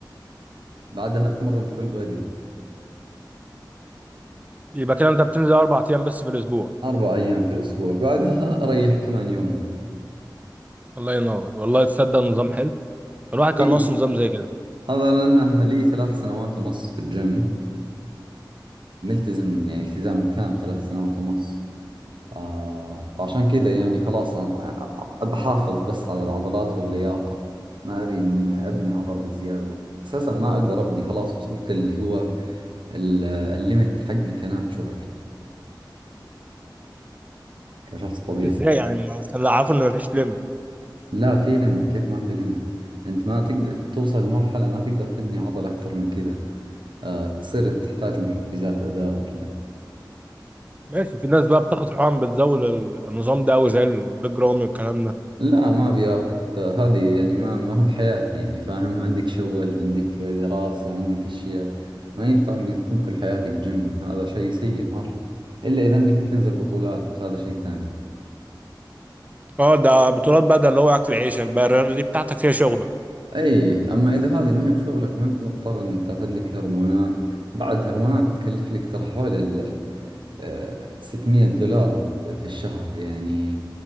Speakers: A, on the right; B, on the right.
A: بعدها اتمرن فول بودي
B: يبقى كده انت بتنزل اربع ايام بس في الاسبوع
A: أربع أيام في الأسبوع بعدها أريح كمان يومين
B: الله ينور والله تصدق نظام حلو الواحد كان
A: اي
B: ناقصه نظام زي كده
A: هذا لأنه لي ثلاث سنوات ونص في الجيم ملتزم يعني التزام تام ثلاث سنوات ونص آه فعشان كذا يعني خلاص أ- أ- بحافظ بس على العضلات واللياقة ما أبي إني أبني عضل زيادة أساسا ما أقدر أبني خلاص وصلت اللي هو ال- الليمت حقي كناتشورال كشخص طبيعي
B: ازاي يعني ما- بس اللي عارفه ان مفيش ليميت
A: لا في ليمت كيف ما في ليمت أنت ما تقدر توصل لمرحلة ما تقدر تبني عضل أكثر من كذا آه، تصير تحتاج محفزات أداء وكذا
B: ماشي في ناس بقى بتاخد حقن بتزود ال- النظام ده وزي البيج رامي والكلام ده
A: لا ما بياخذ هذه يعني ما ما هو بحياتي يعني فاهم عندك شغل عندك دراسة عندك أشياء ما ينفع إنك تكون كل حياتك جيم هذا شيء سيء مرة إلا إذا إنك تنزل بطولات هذا شيء ثاني
B: اه ده بطولات بقى ده اللي هو اكل عيشك بقى الرياضه دي بتاعتك هي شغلك
A: أي أما إذا هذه ما هي بشغلك ما أنت مضطر إنك تاخذ لك هرمونات بعد هرمونات تكلف لك ترى حول ال آه، 600 دولار في الشهر يعني